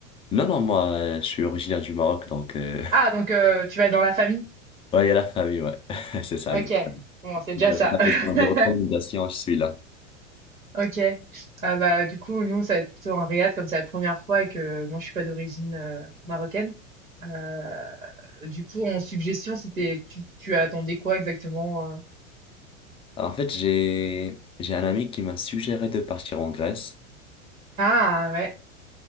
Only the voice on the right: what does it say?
Ah donc heu, tu vas être dans la famille?
OK,
bon, c'est déjà
ça.
<laughs>
OK. Euh, bah, du coup, nous, ça va être plutôt en Riyad, comme c'est la première fois et que moi, je suis pas d'origine euh, marocaine. Euh, du coup, en suggestion, c'était tu, tu attendais quoi exactement? euh
Ah, ouais.